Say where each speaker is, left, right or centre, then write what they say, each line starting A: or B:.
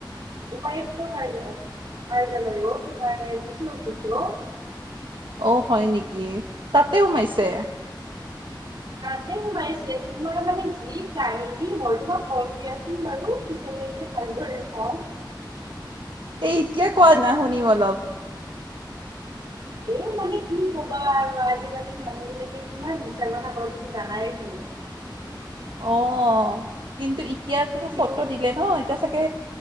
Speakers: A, on the right (about 60°); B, on the right (about 80°).
A: উপায়ুক্ত কাৰ কাৰ্যালয়ো তোমাৰ ডি চি অফিচো
B: অঁ হয় নেকি তাতে সমাইছে
A: তাতেতে সোমাইছে তোমাৰ মানে যি কাহিনী মই তোমাক কম দিয়াচোন বাৰু পিছলৈকে ভালদৰে কম
B: এই এতিয়া কোৱা না শুনিম অলপ
A: এ মানে কি ক'বা আৰু আজিকালি মানুহ বিলাকৈটে কিমান মিছাৰ কথা কয় তুমি জানাই চোন <unintelligible>
B: অঁ কিন্তু এতিয়াতো
A: সিও
B: ফটো দিলে ন এতিয়া চাগে